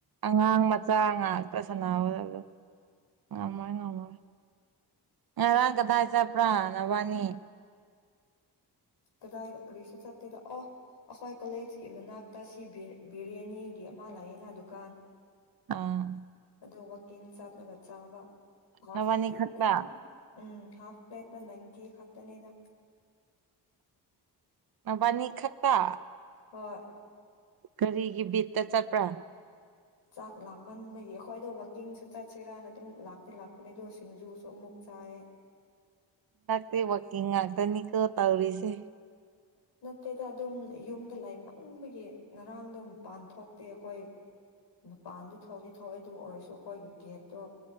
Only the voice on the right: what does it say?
ꯑꯉꯥꯡ ꯆ ꯉꯥꯛꯇ ꯁꯅꯥꯕꯗꯣ ꯉꯝꯃꯣꯏ ꯉꯝꯃꯔꯣꯏ ꯉꯔꯥꯡ ꯀꯗꯥꯏ ꯆꯠꯄ꯭ꯔꯥ ꯅꯕꯅꯤ
ꯑꯥ
ꯅꯕꯥꯅꯤ
ꯈꯛꯇ
ꯅꯕꯥꯅꯤ ꯈꯠꯇ
ꯀꯔꯤꯒꯤ ꯕꯤꯠꯇ ꯆꯠꯄ꯭ꯔꯥ
ꯉꯥꯛꯇꯦ ꯋꯥꯛꯀꯤꯡ ꯉꯥꯛꯇꯅꯤꯀꯣ ꯇꯧꯔꯤꯁꯦ